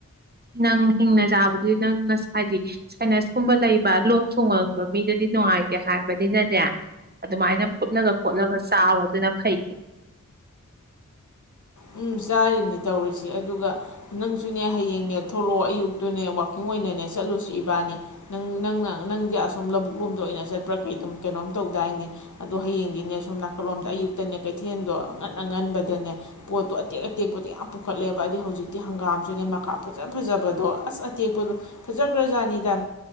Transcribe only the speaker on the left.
ꯎꯝ ꯆꯥꯔꯤꯅꯤ ꯇꯧꯔꯤꯁꯤ ꯑꯗꯨꯒ ꯅꯪꯁꯨꯅꯦ ꯍꯌꯦꯡꯅꯦ ꯊꯣꯛꯂꯛꯑꯣ ꯑꯌꯨꯛꯇꯨꯅꯦ ꯋꯥꯛꯀꯤꯡ ꯑꯣꯏꯅꯅꯦ ꯆꯠꯂꯨꯁꯤ ꯏꯕꯥꯅꯤ ꯅꯪ ꯅꯪꯅ ꯅꯪꯗꯤ ꯑꯁꯣꯨꯝ ꯂꯧꯕꯨꯛ ꯂꯣꯝꯗ ꯑꯣꯏꯅ ꯆꯠꯄ꯭ꯔꯥ ꯀꯩ ꯑꯗꯨꯝ ꯀꯩꯅꯣꯝ ꯇꯧꯗꯥꯏꯅꯦ ꯑꯗꯣ ꯍꯌꯦꯡꯗꯤꯅꯦ ꯁꯣꯝ ꯅꯥꯀꯜꯂꯣꯝꯗ ꯑꯌꯨꯛꯇꯅꯦ ꯀꯩꯊꯦꯜꯗꯣ ꯑꯉꯟ ꯑꯉꯟꯕꯗꯅꯦ ꯄꯣꯠꯇꯣ ꯑꯇꯦꯛ ꯑꯇꯦꯛꯄꯗꯣ ꯌꯥꯝ ꯄꯨꯈꯠꯂꯦꯕ ꯑꯗꯩ ꯍꯧꯖꯤꯛꯇꯤ ꯍꯪꯒꯥꯝꯁꯨꯅꯦ ꯃꯀꯥꯞ ꯐꯖ ꯐꯖꯕꯗꯣ ꯑꯁ ꯑꯇꯦꯛꯄꯗꯣ ꯐꯖꯈ꯭ꯔꯖꯥꯠꯅꯤꯗ